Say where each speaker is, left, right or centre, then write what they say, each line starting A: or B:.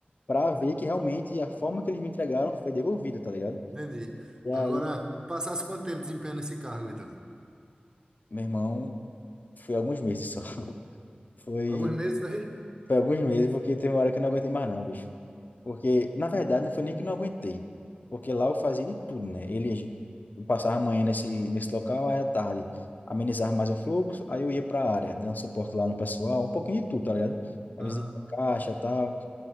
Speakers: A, on the left; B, on the right.
A: pra ver que realmente a forma que eles me entregaram foi devolvida, tá ligado?
B: Entendi.
A: E aí,
B: Agora, passasse quanto tempo desempenhando esse cargo, então?
A: meu irmão, foi alguns meses só. <laughs> Foi.
B: Alguns meses, vai?
A: Foi alguns meses, porque teve uma hora que eu não aguentei mais não, bicho. Porque, na verdade, não foi nem que não aguentei. Porque lá eu fazia de tudo, né? Ele eu passava a manhã nesse, nesse local, aí à tarde amenizava mais o fluxo, aí eu ia pra área, dando suporte lá no pessoal, um pouquinho de tudo, tá ligado? Às
B: Aham.
A: vezes ia pra caixa e tal.